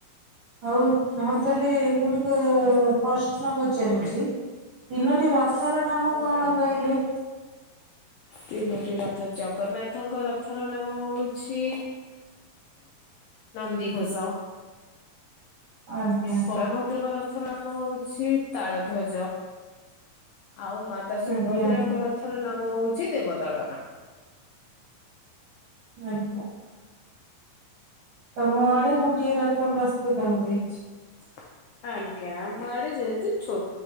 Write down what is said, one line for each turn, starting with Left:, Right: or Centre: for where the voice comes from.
Right: ହଉ ହଉ ତାହେଲେ <unintelligible> ପ୍ରଶ୍ନ ପଚାରୁଛି? ତିନୋଟି ରଥର ନାମ
Left: ଆଜ୍ଞା।
Right: କଣ କହିଲେ?
Left: ତିନୋଟି ରଥ ଜଗନ୍ନାଥଙ୍କ ରଥର ନାମ ହଉଛି ନନ୍ଦିଘୋଷ
Right: ଆଜ୍ଞା
Left: ବଳଭଦ୍ରଙ୍କ ର ଥ ନାମ ହଉଛି ତାଳ ଧ୍ୱଜ ଆଉ ମାତା ସୁଭଦ୍ରାଙ୍କର
Right: ଆଜ୍ଞା
Left: ଥର ନାମ ହଉଛି ଦେବଦଳନ।
Right: ଆଜ୍ଞା। ତମ ଆଡ଼େ ଗୋଟିଏ ରଥ ପ୍ରସ୍ତୁତ ହୋଇଛି।
Left: ହଁ ଆଜ୍ଞା ବଡ଼ି ଯେହେତୁ ଛୋ